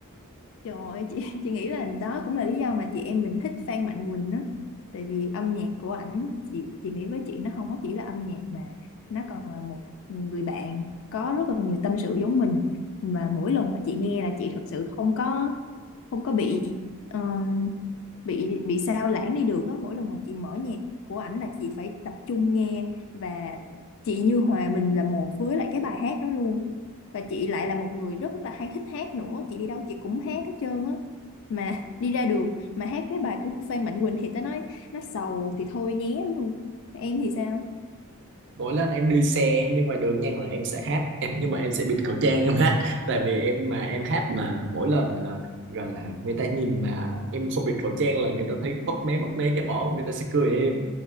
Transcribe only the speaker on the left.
trời ơi, chị <laughs> chị nghĩ là đó cũng là lý do mà chị em mình thích Phan Mạnh Quỳnh á tại vì âm nhạc của ảnh chị chị nghĩ với chị nó không có chỉ là âm nhạc mà nó còn là một người bạn có rất là nhiều tâm sự giống mình mà mỗi lần mà chị nghe là chị thật sự không có không có bị um, bị bị sao lãng đi được á mỗi lần mà chị mở nhạc của ảnh là chị phải tập trung nghe và chị như hòa mình là một với lại cái bài hát đó luôn và chị lại là một người rất là hay thích hát nữa chị đi đâu chị cũng hát hết trơn á mà đi ra đường mà hát cái bài của Phan Mạnh Quỳnh thì tao nói nó sầu thì thôi nhé luôn em thì sao